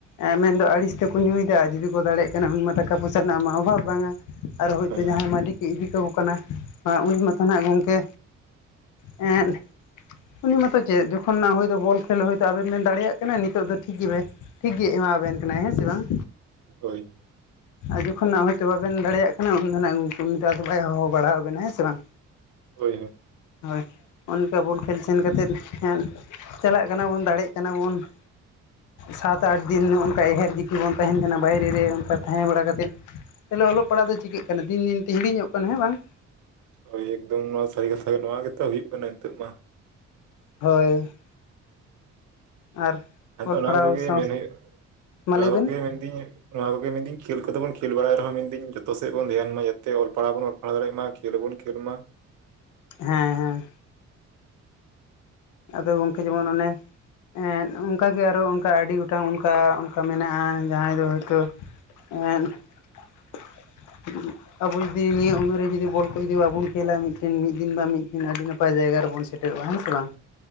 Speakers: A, on the left; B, on the right.
A: ᱮᱸ ᱢᱮᱱᱫᱚ ᱟᱹᱲᱤᱥ ᱛᱮᱠᱚ ᱧᱩᱭᱮᱫᱟ, ᱟᱨ ᱡᱩᱫᱤ ᱠᱚ ᱫᱟᱲᱮᱜ ᱠᱟᱱᱟ ᱩᱱᱢᱟ ᱴᱟᱠᱟ ᱯᱚᱭᱥᱟ ᱨᱮᱱᱟᱜ ᱢᱟ ᱚᱵᱷᱟᱵᱽ ᱵᱟᱝᱟ ᱾ ᱟᱨ ᱦᱳᱭᱛᱳ
B: ᱦᱮᱸ
A: ᱡᱟᱦᱟᱸᱭ ᱢᱟᱹᱞᱤᱠᱮ ᱤᱫᱤ ᱠᱟᱠᱚ ᱠᱟᱱᱟ ᱩᱱᱤ ᱢᱟᱛᱚ ᱱᱟᱦᱟᱜ ᱜᱚᱝᱠᱮ ᱮᱸᱫ ᱩᱱᱤ ᱢᱟᱛᱚ ᱪᱮᱫ ᱡᱚᱠᱷᱚᱱ ᱱᱟᱜ ᱵᱚᱞ ᱠᱷᱮᱞ ᱦᱳᱭᱛᱳ ᱟᱵᱮᱱ ᱵᱮᱱ ᱫᱟᱲᱮᱭᱟᱜ ᱠᱟᱱᱟ ᱱᱤᱛᱳᱜ ᱫᱚ ᱴᱷᱤᱠ ᱜᱮᱵᱮ ᱴᱷᱤᱠᱜᱮ ᱮᱢᱟᱣ ᱵᱮᱱ ᱠᱟᱱᱟᱭ ᱦᱮᱸ ᱥᱮ ᱵᱟᱝ?
B: ᱦᱳᱭ ᱾
A: ᱟᱨ ᱡᱚᱠᱷᱚᱱ ᱱᱟᱜ ᱦᱳᱭᱛᱚ ᱵᱟᱵᱮᱱ ᱫᱟᱲᱮᱭᱟᱜ ᱠᱟᱱᱟ ᱩᱱ ᱫᱚ ᱱᱟᱜ ᱩᱱᱤ ᱫᱚ ᱵᱟᱭ ᱦᱚᱦᱚ <inaudible> ᱵᱮᱱᱟᱭ ᱦᱮᱸ ᱥᱮ ᱵᱟᱝ?
B: ᱦᱳᱭ ᱦᱳᱭ ᱾
A: ᱦᱳᱭ ᱚᱱᱠᱟ ᱵᱚᱞ ᱠᱷᱮᱞ ᱥᱮᱱ ᱠᱟᱛᱮᱫ ᱮᱱ ᱪᱟᱞᱟᱜ ᱠᱟᱱᱟ ᱵᱚᱱ ᱫᱟᱲᱮᱜ ᱠᱟᱱᱟ ᱵᱚᱱ ᱾ ᱥᱟᱣᱛᱮ ᱟᱹᱰᱤ ᱫᱤᱱ ᱚᱱᱠᱟ ᱮᱦᱮᱨ ᱡᱤᱠᱤ ᱵᱚᱱ ᱛᱟᱦᱮᱱ ᱠᱟᱱᱟ ᱵᱟᱭᱨᱮ ᱨᱮ ᱚᱱᱠᱟ ᱛᱟᱦᱮᱸ ᱵᱟᱲᱟ ᱠᱟᱛᱮᱫ ᱛᱟᱦᱚᱞᱮ ᱚᱞᱚᱜ ᱯᱟᱲᱦᱟᱜ ᱫᱚ ᱪᱤᱠᱟᱹᱜ ᱠᱟᱱᱟ ᱫᱤᱱ ᱫᱤᱱ ᱛᱮ ᱦᱤᱲᱤᱧᱚᱜ ᱠᱟᱱᱟ ᱦᱮᱸ ᱵᱟᱝ ᱾
B: ᱦᱳᱭ ᱮᱠᱫᱚᱢ ᱱᱚᱣᱟ ᱥᱟᱹᱨᱤ ᱠᱟᱛᱷᱟ ᱜᱮ ᱱᱚᱣᱟ ᱜᱮᱛᱚ ᱦᱩᱭᱩᱜ ᱠᱟᱱᱟ ᱱᱤᱛᱳᱜ ᱢᱟ ᱾
A: ᱦᱳᱭ ᱾ ᱟᱨ
B: ᱟᱫᱚ
A: ᱚᱞ
B: ᱚᱱᱟ
A: ᱯᱟᱲᱦᱟᱣ
B: ᱠᱚᱜᱮ
A: ᱥᱟᱶ
B: ᱢᱮᱱ ᱦᱩᱭᱩᱜ
A: ᱢᱟ
B: ᱚᱱᱟ
A: ᱞᱟᱹᱭ
B: ᱠᱚᱜᱮ
A: ᱵᱮᱱ
B: ᱢᱮᱱ ᱫᱤᱧ ᱱᱚᱣᱟ ᱠᱚᱜᱮ ᱢᱮᱱᱫᱟᱹᱧ ᱠᱷᱮᱞ ᱠᱚᱫᱚ ᱵᱚᱱ ᱠᱷᱮᱞ ᱵᱟᱲᱟᱭ ᱨᱮᱦᱚᱸ ᱢᱮᱱᱫᱟᱹᱧ ᱡᱚᱛᱚ ᱥᱮᱫ ᱵᱚᱱ ᱫᱷᱮᱭᱟᱱ ᱢᱟ ᱡᱟᱛᱮ ᱚᱞ ᱯᱟᱲᱦᱟᱣ ᱵᱚᱱ ᱯᱟᱲᱦᱟᱣ ᱫᱟᱲᱮᱭᱟᱜ ᱢᱟ ᱠᱷᱮᱹᱞ ᱦᱚᱸ ᱵᱚᱱ ᱠᱷᱮᱞ ᱢᱟ ᱾
A: ᱦᱮᱸ ᱦᱮᱸ ᱾ ᱟᱫᱚ ᱜᱚᱝᱠᱮ ᱡᱮᱢᱚᱱ ᱚᱱᱮ ᱮᱫ ᱚᱱᱠᱟᱜᱮ ᱟᱨᱚ ᱚᱱᱠᱟ ᱟᱹᱰᱤ ᱜᱚᱴᱟᱝ ᱚᱱᱠᱟ ᱚᱱᱠᱟ ᱢᱮᱱᱟᱜ-ᱟ ᱡᱟᱦᱟᱸᱭ ᱫᱚ ᱦᱚᱭᱛᱚ <unintelligible> ᱟᱵᱚ ᱡᱩᱫᱤ ᱱᱤᱭᱟᱹ ᱩᱢᱮᱨ ᱨᱮ ᱡᱩᱫᱤ ᱵᱚᱞ ᱠᱚ ᱡᱩᱫᱤ ᱵᱟᱵᱚᱱ ᱠᱷᱮᱞᱟ ᱢᱤᱫᱴᱮᱱ ᱢᱤᱫ ᱫᱤᱱ ᱵᱟᱝ ᱢᱤᱫ ᱫᱤᱱ ᱟᱹᱰᱤ ᱱᱟᱯᱟᱭ ᱡᱟᱭᱜᱟ ᱨᱮᱵᱚᱱ ᱥᱮᱴ ᱥᱮᱴᱮᱨᱚᱜ-ᱟ ᱦᱮᱸ ᱥᱮ ᱵᱟᱝ?